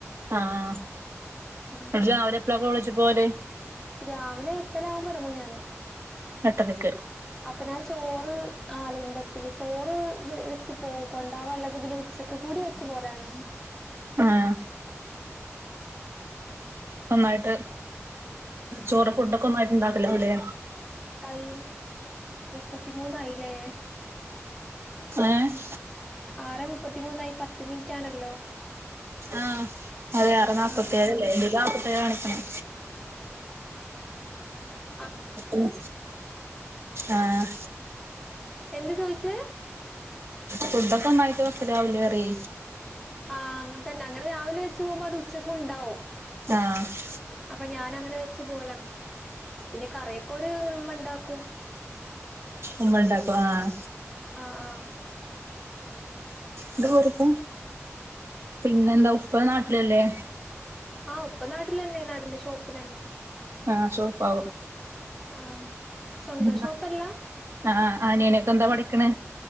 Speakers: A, on the right; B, in the centre.
A: ആഹ്
B: ഉം
A: എന്നിട്ട് രാവിലെ എപ്പോളാ കോളേജി പോവല്
B: രാവിലെ എട്ടര ആകുമ്പോ ഇറങ്ങും ഞാന്
A: എട്ടരയ്ക്ക്
B: അപ്പ ഞാൻ ചോറ് ആഹ് ലൈൻ ബസ്സില് ചോറ് വെച്ച് പോ കൊണ്ട് പോവാള്ളുത് പിന്നെ ഉച്ചക്കൂടി വെച്ച് പോവലാണ്
A: ആഹ് ഒന്നായിട്ട് ചോറ് ഫുഡൊക്കെ ഒന്നായിട്ട് ഇണ്ടാക്കി <unintelligible>
B: ടൈമ് മുപ്പത്തിമൂന്നായില്ലേ
A: ഏഹ്
B: ആറ് മുപ്പത്തി മൂന്നായി പത്ത് മിനിറ്റാണല്ലോ
A: ആഹ് അതെ ആറ് നാല്പത്തേഴല്ലേ
B: ആഹ് ആഹ്
A: എൻ്റേലും നാല്പ്പത്തിേഴാ കാ ണിക്കണ
B: ആഹ്
A: ഉം ആഹ്
B: എന്ത് ചോയിച്ചേ
A: ഫുഡൊക്കെ ഒന്നായിട്ട് വെക്കും രാവിലെ വറി
B: ആഹ് അങ്ങനെ തന്നെ അങ്ങനെ രാവിലെ വെച്ച് പോവുമ്പോ അത് ഉച്ചക്ക്‌ണ്ടാവും
A: ആഹ്
B: അപ്പൊ ഞാൻ അങ്ങനെ വെച്ച് പോവലാ പിന്നെ കറിയൊക്കെ ഒരു ഇമ്മ ഉണ്ടാക്കും
A: ഉമ്മണ്ടാക്കുആഹ്
B: ആ ആ
A: ഇത് മോറിക്ക പിന്നെന്ത ഉപ്പ നാട്ടിലല്ലേ
B: ആഹ ഉപ്പാ നാട്ടിൽ തന്നെ നാട്ടില് ഷോപ്പിൽ തന്നെ
A: ആഹ ഷോപ്പാവും
B: ആഹ് സ്വന്തം
A: <unintelligible>
B: ഷോപ്പല്ല
A: ആഹ ആനിയനൊക്കെ എന്താ പഠിക്കണ്